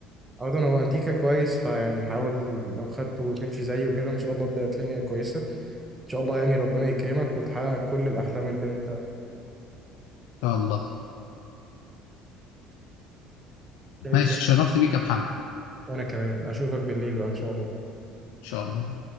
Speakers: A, on the right; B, on the left.
A: عامة هو انتيكا كويس فيعني حاول لو خدته وتمشي زيه كده ان شاء الله تبقى الدنيا كويسة ان شاء الله يعني ربنا يكرمك وتحقق كل الاحلام اللي انت
B: شاء الله
A: عايشها
B: ماشي اتشرفت بيك يا محمد ان
A: وانا كمان اشوفك بالليل بقى ان شاء الله
B: شاء الله